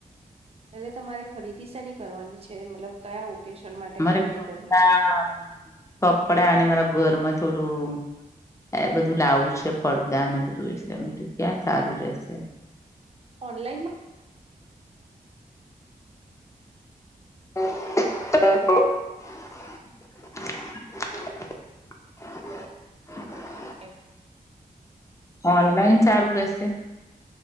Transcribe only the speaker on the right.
એટલે તમારે ખરીદી શેની કરવાની છે મતલબ કયા ઓકેશન માટે
ખરીદી
કરવી છે.
ઓનલાઈન મા.
હ